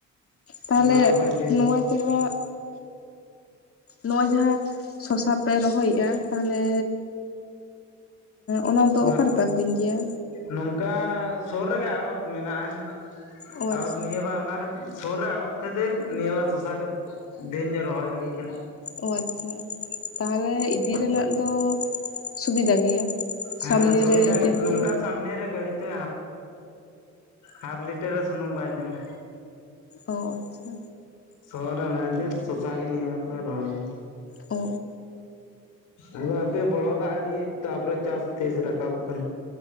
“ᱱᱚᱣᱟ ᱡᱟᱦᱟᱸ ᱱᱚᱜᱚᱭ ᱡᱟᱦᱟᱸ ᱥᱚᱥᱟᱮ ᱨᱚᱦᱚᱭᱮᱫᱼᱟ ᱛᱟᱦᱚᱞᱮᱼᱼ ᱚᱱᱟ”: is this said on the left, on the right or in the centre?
Left